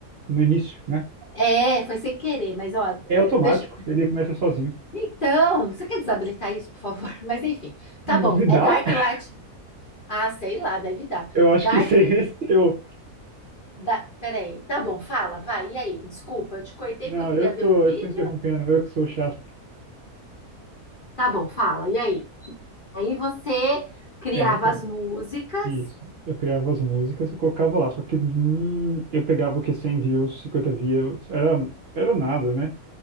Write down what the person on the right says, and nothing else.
no início, né?
É automático,
ele começa sozinho.
De-
Dá?
<laughs>
Eu acho
que <laughs> esse é esse. Eu,
não,
eu que
tô,
eu que tô interrompendo, eu que sou chato.
É, então.
Isso. Eu criava as músicas e colocava lá. Só que hum, eu pegava o que 100 views, 50 views, era, era nada, né?